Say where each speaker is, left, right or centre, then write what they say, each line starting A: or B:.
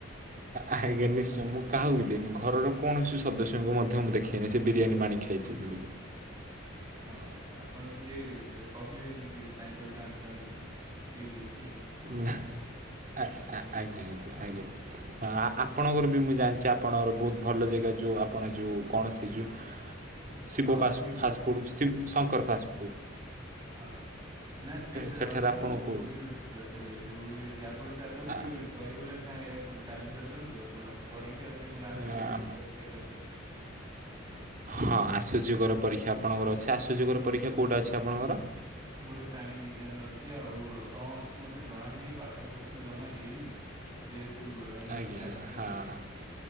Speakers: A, on the right; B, on the right.
A: ଆଜ୍ଞା ନିଶ୍ଚୟ ମୁଁ କାହାକୁ ବି ଦେବିନି ଘରର କୌଣସି ସଦସ୍ୟଙ୍କୁ ମଧ୍ୟ ମୁଁ ଦେଖେଇନି ସେ ବିରିୟାନୀ ମୁଁ ଆଣି ଖାଇଛି।
B: ହଁ ଆପଣ ଟିଏ କହିବେନି କି ତାଙ୍କଠୁ ଆଣିଛନ୍ତି କିଏ ଦେଖ ଠିକ୍।
A: ନା ଆଜ୍ଞା ଆଜ୍ଞା ଆଜ୍ଞା ଆପଣଙ୍କର ବି ମୁଁ ଜାଣି ଆପଣଙ୍କର ବହୁତ୍ ଭଲ ଜାଗା ଯୋଉ ଆପଣ ଯୋଉ କୌଣସି ଯୋଉ ଶିବ
B: ହଁ
A: ପାସ
B: ଓୟୁଏଟି
A: ଫାଷ୍ଟଫୁଡ ଶି ଶଙ୍କର ଫାଷ୍ଟ ଫୁଡ୍।
B: ହଁ ନା ସେଠି
A: ସେଠାରେ
B: ଆଉ ନାହିଁ
A: ଆପଣଙ୍କୁ
B: <unintelligible> ଏବେ <unintelligible> ଆପଣ ଚାଲନ୍ତୁ
A: ଆ
B: କେବେ ଦହିବରା ଖାଇବାକୁ କାଲି ଚାଲନ୍ତୁ ଆପଣ ପରୀ କି ଆଜି ମୋର ଆସିଯିବ
A: ଆ
B: ପରୀକ୍ଷା ଗାର।
A: ହଁ ଆଶ୍ଚର୍ଯ୍ୟକର ପରୀକ୍ଷା ଆପଣଙ୍କର ଅଛି ଆସୁଯୋଗର ପରୀକ୍ଷା କଉଟା ଅଛି ଆପଣଙ୍କର?
B: ମୋର ପ୍ରାଣୀ ବିଜ୍ଞାନ ଅଛି ଆଉ କଣ ଅଛି ମତେ ଜଣା ନାହିଁ ପାଠପଢ଼ା ତ ଜମା ହେଇନି। ଯେହେତୁ ଏମିତି
A: ଆଜ୍ଞା
B: ଚାଲିଛି।
A: ଆଜ୍ଞା ହଁ ଆଜ୍ଞା